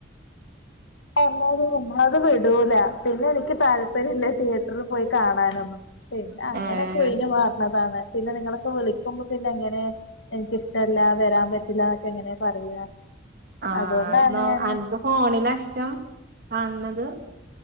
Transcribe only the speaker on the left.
പറഞ്ഞാലും നമ്മളെ ഒന്നും വിടൂലാ പിന്നെ എനിക്ക് താല്പര്യം ഇല്ല തിയേറ്ററിൽ പോയി കാണാനൊന്നും പിന്നെ അങ്ങനെയൊക്കെ
ഒഴിഞ്ഞ് മാറണതാണ് പിന്നെ നിങ്ങളൊക്കെ വിളിക്കുമ്പോ പിന്നെ എങ്ങനെ എനിക്കിഷ്ട്ടല്ലാ വരാൻ പറ്റില്ലാന്നൊക്കെ എങ്ങനെയാ പറയാ
അതുകൊണ്ടാണ്
ഞാന്